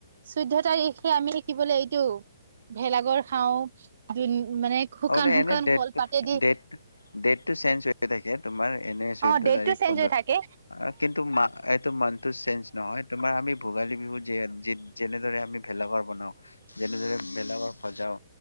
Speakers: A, on the right; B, on the left.
A: চৈধ্য তাৰিখে আমি কি বুলে এইটো ভেলাঘৰ খাওঁ। মানে শুকান
B: অঁ
A: শুকান
B: এনে ডেট
A: কলপাতেদি
B: ডেট ডেটটো চেঞ্জ হৈ থাকে তোমাৰ এনে চৈধ্য
A: অ ডেটটো
B: তাৰিখ
A: চেঞ্জ
B: পোন্ধৰ
A: হৈ থাকে
B: কিন্তু মাহটো চেঞ্জ নহয় তোমাৰ আমি ভোগালী বিহুত যি যেনেদৰে আমি ভেলাঘৰ বনাওঁ যেনেদৰে ভেলাঘৰ সজাও